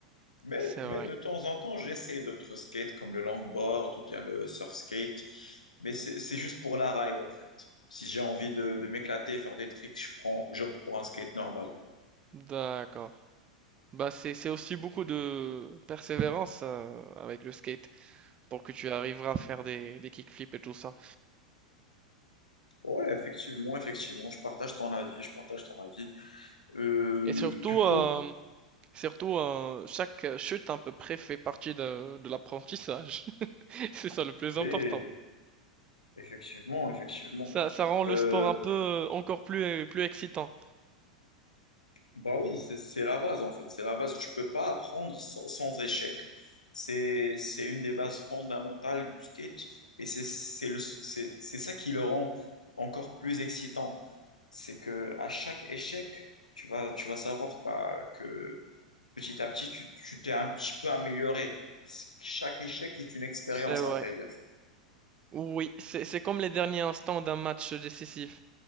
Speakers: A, on the left (about 80°); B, on the right (about 25°).
A: Mais,
B: c'est
A: mais
B: vrai.
A: de temps en temps, j'essaie d'autres skates comme le longboard ou bien le surf skate. Mais c'est c'est juste pour la ride, en fait. Si j'ai envie de, de m'éclater, faire des tricks, je prends, j'opte pour un skate normal.
B: D'accord. Bah c'est c'est aussi beaucoup de persévérance euh, avec le skate pour que tu arriveras à faire des, des kickflips et tout ça.
A: Ouais, effectivement, effectivement, je partage ton avis, je partage ton avis. Euh,
B: Et surtout,
A: du coup,
B: euh, surtout euh, chaque chute à peu près fait partie de, de l'apprentissage. <laughs> C'est ça le plus
A: oui,
B: important.
A: effectivement, effectivement.
B: Ça, ça rend le
A: Euh,
B: sport un peu euh, encore plus, plus excitant.
A: bah oui, c'est c'est la base en fait, c'est la base. Tu peux pas apprendre sans, sans échec. C'est c'est une des bases fondamentales du skate et c'est c'est le c'est c'est ça qui le rend encore plus excitant. C'est que à chaque échec, tu vas tu vas savoir bah, que petit à petit, tu, tu t'es un petit peu amélioré. Chaque échec est une expérience,
B: C'est vrai.
A: à vrai dire.
B: Oui, c'est c'est comme les derniers instants d'un match décisif.